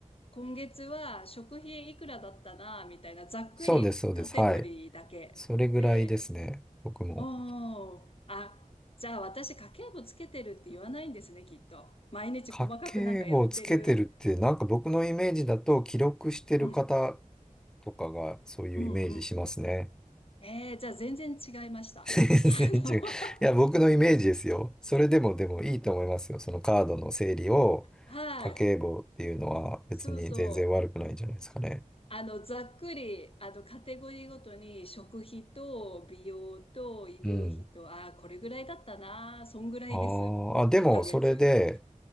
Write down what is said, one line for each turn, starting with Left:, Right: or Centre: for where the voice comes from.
Left: 今月は食費いくらだったな、みたいな、ざっくりカテゴリーだけ。
Centre: そうです、そうです。はい。それぐらいですね。
Left: で、
Centre: 僕も。
Left: おー、あ、じゃあ私家計簿つけてるって言わないんですね、きっと。毎日細かくなんかやってる。
Centre: 家計簿をつけてるって、なんか僕のイメージだと記録してる方
Left: うん、
Centre: とかがそういうイメージしますね。
Left: うん、うん。えー、じゃあ全然違いました。
Centre: 全然違う。
Left: <laughs> あの、
Centre: いや、僕のイメージですよ。それでもでもいいと思いますよ。そのカードの整理を家計簿っていうのは別に全然悪くないんじゃないですかね。
Left: はい。そうそう。あの、ざっくり、あの、カテゴリーごとに食費と美容と医療費と、
Centre: うん。
Left: ああこれぐらいだったな。そんぐらいです。
Centre: あーあ、でもそれで
Left: 1ヶ月。